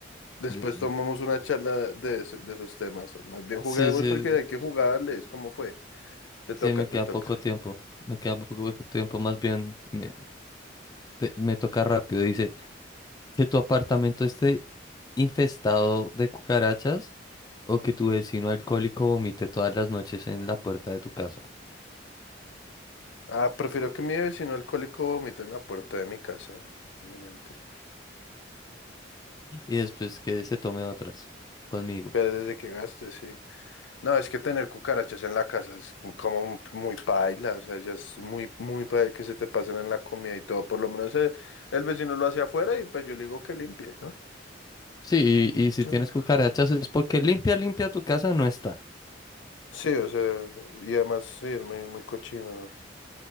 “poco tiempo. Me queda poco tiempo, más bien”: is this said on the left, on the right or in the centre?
Left